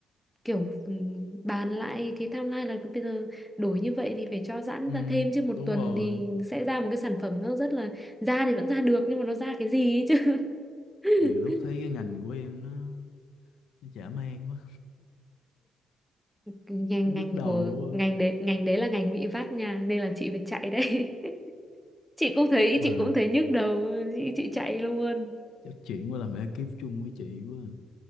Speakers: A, in the centre; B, on the left (about 80°).
A: kiểu ừ, bàn lại cái timeline là bây giờ đổi như vậy thì phải cho giãn
B: ừ,
A: ra thêm chứ một
B: đúng
A: tuần
B: rồi
A: thì sẽ ra một cái sản phẩm nó rất là ra thì vẫn ra được nhưng mà nó ra cái gì ấy chứ <laughs>
B: nhiều lúc thấy cái ngành của em nó nó chả mang quá
A: ngành
B: nhức
A: ngành
B: đầu
A: của ngành đấy ngành đấy là ngành bị vắt nha nên là chị phải chạy đấy <laughs> chị cũng thấy
B: quá. chắc là
A: chị cũng thấy nhức đầu chị chị chạy luôn
B: chắc chuyển qua làm ekip chung với chị quá à.